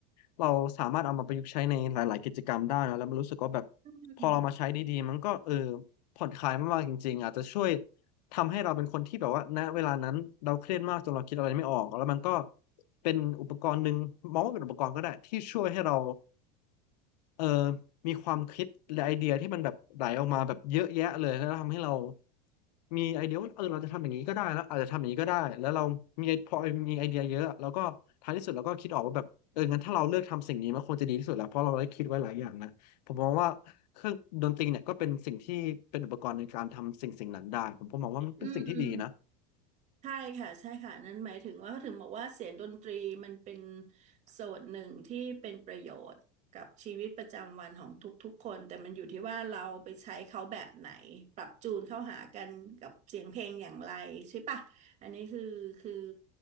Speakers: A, on the left; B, on the right.
A: เราสามารถเอามาประยุกต์ใช้ในหลายๆกิจกรรมได้นะแล้วมันรู้สึกว่าแบบ
B: อืม
A: พอเรามาใช้ดีๆมันก็เออผ่อนคลายมากๆจริงๆอาจจะช่วยทำให้เราเป็นคนที่แบบว่าณเวลานั้นเราเครียดมากจนเราคิดอะไรไม่ออกแล้วมันก็เป็นอุปกรณ์หนึ่งมองว่าเป็นอุปกรณ์ก็ได้ที่ช่วยให้เรา เออมีความคิดและไอเดียที่มันแบบไหลออกมาแบบเยอะแยะเลยแล้วทำให้เรามีไอเดียว่าเออเราจะทำอย่างนี้ก็ได้แล้วอาจจะทำอย่างนี้ก็ได้แล้วเรามีไอพอมีไอเดียเยอะแล้วก็ท้ายที่สุดเราก็คิดออกว่าแบบเอองั้นถ้าเราเลือกทำสิ่งนี้มันควรจะดีที่สุดแล้วเพราะเราได้คิดไว้หลายอย่างนะผมมองว่าเครื่องดนตรีเนี่ยก็เป็นสิ่งที่เป็นอุปกรณ์ในการทำสิ่งสิ่งนั้นได้ผมก็มองว่ามันเป็นสิ่งที่ดีนะ
B: อืม ใช่ค่ะใช่ค่ะนั่นหมายถึงว่าเขาถึงบอกว่าเสียงดนตรีมันเป็นส่วนหนึ่งที่เป็นประโยชน์กับชีวิตประจำวันของทุกๆคนแต่มันอยู่ที่ว่าเราไปใช้เขาแบบไหนปรับจูนเข้าหากันกับเสียงเพลงอย่างไรใช่ปะอันนี้คือคือ